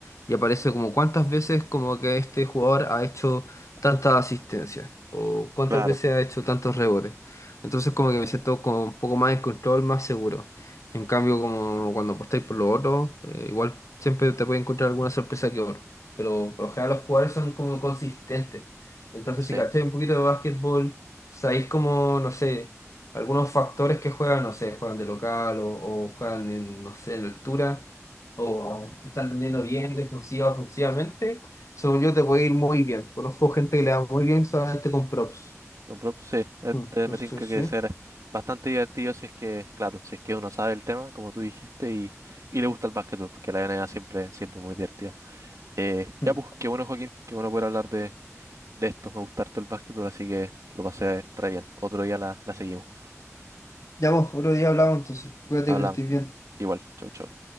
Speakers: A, on the left; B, on the right.
A: y aparece como cuántas veces como que este jugador ha hecho tantas asistencias o cuántas
B: Claro.
A: veces ha hecho tantos rebotes. Entonces como que me siento como un poco más en control, más seguro. En cambio, como cuando apostáis por los otros, eh, igual siempre te puede encontrar alguna sorpresa que otra. Pero por lo general los jugadores son como consistentes. Entonces
B: Sí.
A: si cacháis un poquito de básquetbol, sabéis como, no sé algunos factores que juegan, no sé, juegan de local o, o juegan en, no sé, en altura o están vendiendo bien defensiva, ofensivamente, según yo te puede ir muy bien. Conozco gente que le va muy bien solamente con props.
B: Con prop- Sí, es-
A: Mm,
B: eh,
A: Entonces,
B: me tinca que
A: sí.
B: debe ser bastante divertido si es que, claro, si es que uno sabe el tema, como tú dijiste, y, y le gusta el básquetbol, porque la NBA siempre, siempre es muy divertida. Eh,
A: Mm.
B: ya pues, qué bueno Joaquín, qué bueno poder hablar de, de esto, me gusta harto el básquetbol, así que lo pasé re bien. Otro día la, la seguimos.
A: Ya vos, otro día hablamos entonces. Cuídate
B: Hablamos.
A: que estés bien.
B: Igual, chau, chau.